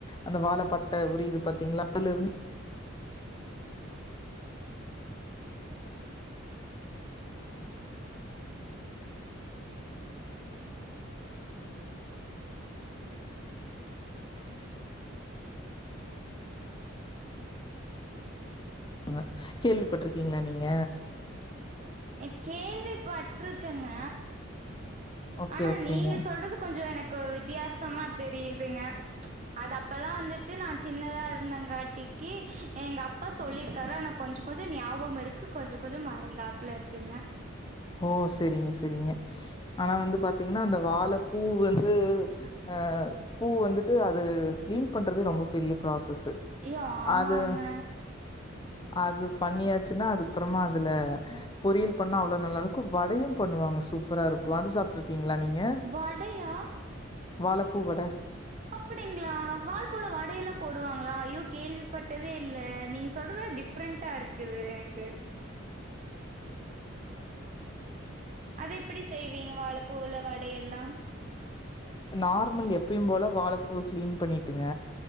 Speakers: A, on the left; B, on the right.
A: அந்த வாழப்பட்ட உரியிது பாத்தீங்ளா அதுலிருந் ங்க கேள்விப்பட்ருக்கீங்ளா நீங்க
B: அ கேள்விப்பட்ருக்கங்க
A: ஓகே
B: ஆனா
A: ஓகேங்க
B: நீங்க சொல்றது கொஞ்சோ எனக்கு வித்தியாசமா தெரியுதுங்க அது அப்பல்லா வந்துட்டு நா சின்னதா இருந்தேங்காட்டிக்கு எங்க அ ப்பா சொல்லியிருக்காரு ஆனா கொஞ்சோ கொஞ்சோ ஞாபோமிருக்கு கொஞ்சோ கொஞ்சோ மறந்தாப்புல இருக்குங்க
A: ஓ செரிங்க செரிங்க ஆனா வந்து பாத்தீங்கன்னா அந்த வாழப்பூ வந்து ஆ பூ வந்துட்டு அது க்ளீன் பண்றதே ரொம்ப பெரிய ப்ராசஸ்ஸு
B: ஐயோ ஆமாங்க
A: அது அது பண்ணியாச்சுன்னா அதுக்கப்புறமா அதுல பொரியல் பண்ணா அவ்ளோ நல்லா இரு க்கு வடையு பண்ணுவாங்க சூப்பரா இருக் கு அது சாப்ட்ருக்கீங்களா நீங்க
B: வடையா
A: வாழப்பூ வட
B: அப்படி ங்ளா வாழ பூல வடையெல்லா போடுவாங்களா ஐயோ கேள்விப்பட்டதே இல்ல நீங்க சொல்றதே டிஃப்ரெண்டா இரு க்குது எனக்கு அது எப்படி செய்வீங்க வாழப்பூவுல வடை எல்லா
A: நார்மல் எப்பயும் போல வாழப்பூவ க்ளீன் பண்ணிட்டுங்க